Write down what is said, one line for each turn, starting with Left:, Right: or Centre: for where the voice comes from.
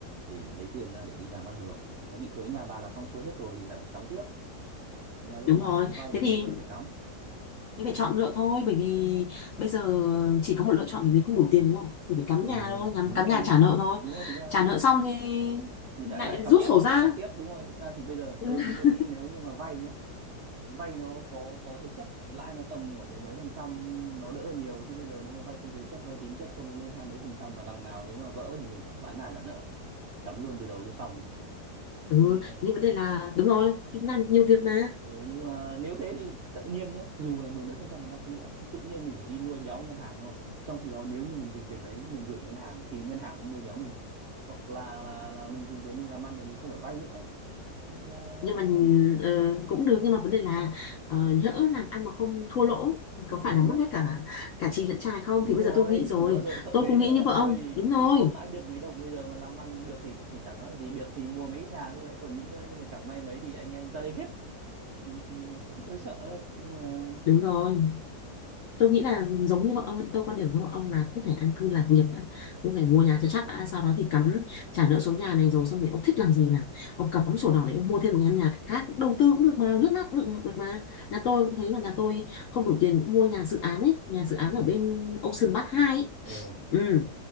Right: để lấy tiền ra để đi làm ăn được nó bị chỗ nhà bà là xong xuôi hết rồi thì lại cắm tiếp nhà tôi
Left: đúng
Right: mà
Left: rồi
Right: để đi vay thì
Left: thế
Right: nhà
Left: thì
Right: tôi lại phải cắm
Left: Em phải chọn lựa thôi bởi vì bây giờ chỉ có một lựa chọn bởi vì không đủ tiền đúng không? Thì phải cắm
Right: ừ
Left: nhà thôi, nhắm
Right: đúng
Left: cắm
Right: rồi
Left: nhà trả nợ thôi.
Right: đúng rồi thực ra
Left: Trả nợ xong thì
Right: thì
Left: lại
Right: lại lại cắm
Left: rút
Right: tiếp
Left: sổ
Right: thực
Left: ra.
Right: ra cắm tiếp đúng rồi thực ra thì bây giờ
Left: <laughs>
Right: tôi tôi nghĩ nếu như mà vay nhá vay nó có có thế chấp lãi nó tầm khoảng mười mấy phần trăm nó đỡ hơn nhiều chứ bây giờ nếu mà vay không thế chấp vay tín chấp không nó lên hai mấy phần trăm mà đằng nào nếu mà vỡ thì mình chẳng phải bán nhà trả nợ cắm luôn từ đầu cho xong
Left: Ừ.
Right: nhưng
Left: Ừ,
Right: mà
Left: nhưng vấn đề là đúng rồi, thì làm nhiều việc mà.
Right: ờ, nhưng mà nếu thế thì tự nhiên nhé dù là mười mấy phần trăm một năm chăng nữa thì tự nhiên mình phải đi nuôi béo ngân hàng đúng không trong khi đó nếu như mình dùng tiền đấy mình gửi vào ngân hàng thì ngân hàng nó nuôi béo mình hoặc là là là mình dùng tiền mình làm ăn thì mình không phải vay nữa nên là nó
Left: Nhưng mà
Right: nó
Left: ờ, cũng được nhưng mà vấn đề là ờ, nhỡ làm ăn mà không thua lỗ thì
Right: thì
Left: có
Right: thế
Left: phải là mất hết cả cả chì lẫn chài không?
Right: đúng
Left: Thì bây
Right: rồi
Left: giờ tôi nghĩ rồi,
Right: thì vợ tôi cũng sợ
Left: tôi
Right: thế
Left: cũng
Right: nên
Left: nghĩ
Right: là
Left: như
Right: bảo
Left: vợ
Right: thôi
Left: ông. Đúng rồi,
Right: ki cóp mãi mới được mấy đồng bây giờ mà làm ăn được thì thì chả nói làm gì được thì mua mấy cái nhà lúc nãy khỏi nghĩ nữa nhưng mà chẳng may mấy thì anh em ra đây hết thì thì nó cũng hơi sợ nhưng mà
Left: đúng rồi. tôi nghĩ là giống như bọn ông ấy, tôi quan điểm với bọn ông là cứ phải an cư lạc nghiệp đã cứ phải mua nhà cho chắc đã sau đó thì cắm trả nợ số nhà này rồi xong thì ông thích làm gì là ông cắm sổ đỏ để ông mua thêm một căn nhà khác đầu tư cũng được mà lướt lát cũng được, được mà nhà tôi cũng thấy là nhà tôi không đủ tiền mua nhà dự án ấy nhà dự án
Right: ờ
Left: ở bên Ocean Park hai, ấy
Right: ờ
Left: ừ.